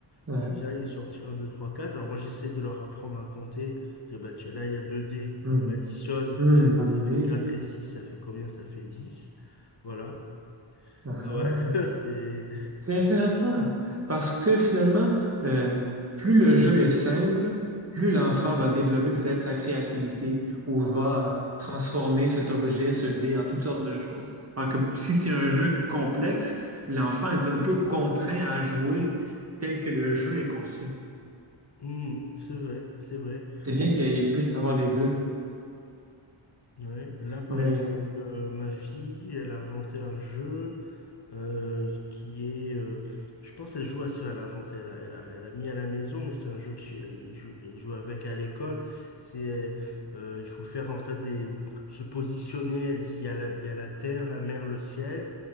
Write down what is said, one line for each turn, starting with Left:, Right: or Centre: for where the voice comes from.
Right: Ouais.
Left: ils disent tiens, il est sorti un 2 3 4. Alors moi j'essaie de leur apprendre à compter, dire bah tu- là il y a deux dés,
Right: Hmm.
Left: donc additionne,
Right: Hmm, bonne
Left: ça fait
Right: idée.
Left: 4 et six ça fait combien? Ça fait 10. Voilà.
Right: Ah
Left: Ah
Right: ah.
Left: ouais, <laughs> c'est.
Right: C'est intéressant parce que finalement, euh, plus le jeu est simple, plus l'enfant va développer peut-être sa créativité ou va transformer cet objet, ce dé, en toutes sortes de choses. Alors que si c'est un jeu complexe, l'enfant est un peu contraint à jouer tel que le jeu est conçu.
Left: Mhm, c'est vrai, c'est vrai.
Right: C'est bien qu'il puisse avoir les deux.
Left: Ouais, mais là par
Right: Mais,
Left: exemple, euh, ma fille, elle a inventé un jeu euh, qui est, euh, je pense, elle joue à ça, elle a inventé, elle a, elle a, elle a mis à la maison, mais c'est un jeu qui euh, il joue, elle joue avec à l'école. C'est, euh, il faut faire en fait des, se positionner. Elle dit, il y a la, il y a la terre, la mer, le ciel.